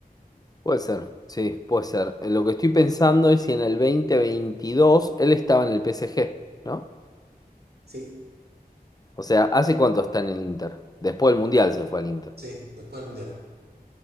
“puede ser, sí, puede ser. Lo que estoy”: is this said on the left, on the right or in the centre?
Left